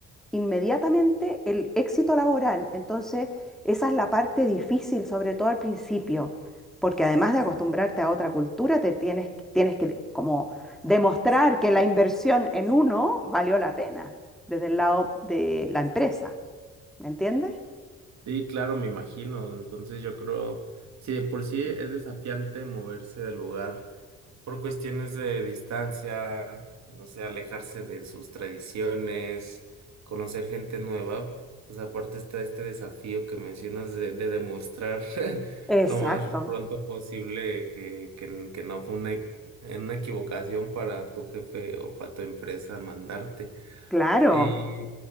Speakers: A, in the centre; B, on the right.
A: inmediatamente el éxito laboral. Entonces, esa es la parte difícil, sobre todo al principio, porque además de acostumbrarte a otra cultura, te tienes, tienes que como demostrar que la inversión en uno valió la pena desde el lado de la empresa. ¿Me entiendes?
B: sí, claro, me imagino. Entonces yo creo, si de por sí es desafiante moverse del lugar por cuestiones de distancia, no sé, alejarse de sus tradiciones, conocer gente nueva. Pues aparte está este desafío que mencionas de, de demostrar <laughs>
A: Exacto.
B: lo más pronto posible que, que, que no fue una, e- una equivocación para tu jefe o para tu empresa mandarte.
A: Claro,
B: ¿Y